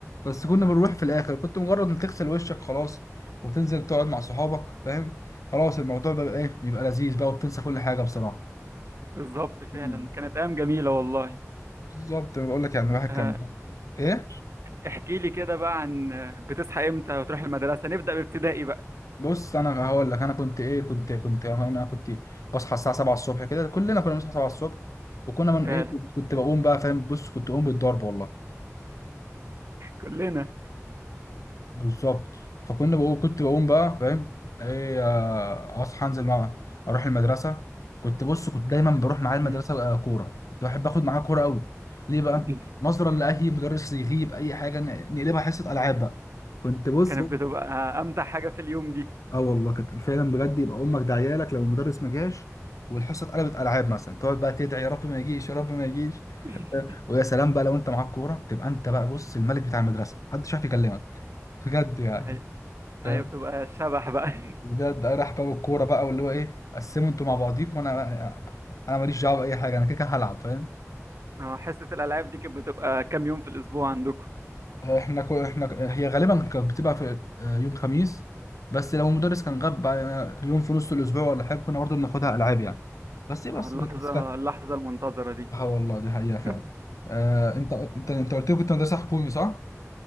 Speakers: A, on the left; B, on the right.
A: بس كنا بنروح في الاخر كنت مجرد ان تغسل وشك خلاص وتنزل تقعد مع صحابك فاهم خلاص الموضوع بقى ايه بيبقى لذيذ بقى وبتنسى كل حاجه بصراحه
B: بالظبط فعلا
A: مم.
B: كانت ايام جميله والله
A: بالظبط بقول لك يعني الواحد
B: آه،
A: كان ايه
B: احكي لي كده بقى عن بتصحى امتى وتروح المدرسة نبدأ بابتدائي بقى
A: بص انا هقول لك انا كنت ايه كنت كنت انا كنت بصحى الساعه 7 الصبح كده كلنا كنا بنصحى 7 الصبح وكنا من
B: فعلا
A: ايه كنت كنت بقوم بقى فاهم بص كنت بقوم بالضرب والله
B: كلنا
A: بالظبط فكنا بقوم كنت بقوم بقى فاهم ايه آه، اصحى انزل معاه اروح المدرسه كنت بص كنت دايما بروح معاه المدرسه
B: مم.
A: آه، كوره كنت بحب اخد معاه كوره قوي ليه بقى
B: <laughs>
A: نظرا لاي مدرس يغيب اي حاجه ن- نقلبها حصه العاب بقى كنت بص
B: كانت بتبقى امتع حاجة في اليوم دي
A: اه والله كانت فعلا بجد يبقى امك داعيه لك لو المدرس ما جاش والحصه اتقلبت العاب مثلا تقعد بقى تدعي يا رب ما يجيش يا رب ما يجيش
B: <laughs>
A: ويا سلام بقى لو انت معاك كوره تبقى انت بقى بص الملك بتاع المدرسه محدش عارف يكلمك بجد يعني
B: هي هي
A: فاهم
B: بتبقى شبح بقى
A: بجد راح بقى بالكوره بقى واللي هو ايه قسموا انتوا مع بعضيكم وانا انا ماليش دعوه باي حاجه انا كده كده هلعب فاهم
B: آه، حصة الألعاب دي كانت بتبقى كام يوم في الأسبوع عندكم
A: احنا كو... احنا هي غالبا كانت بتبقى في آه، يوم خميس بس لو المدرس كان غاب بقى آه، يوم في نص الاسبوع ولا حاجه كنا برضه بناخدها العاب يعني بس بس
B: آه، اللحظة
A: بس
B: اللحظة المنتظرة دي
A: اه والله دي حقيقة فعلا
B: <laughs>
A: آه انت انت انت قلت لي كنت مدرسة حكومي صح؟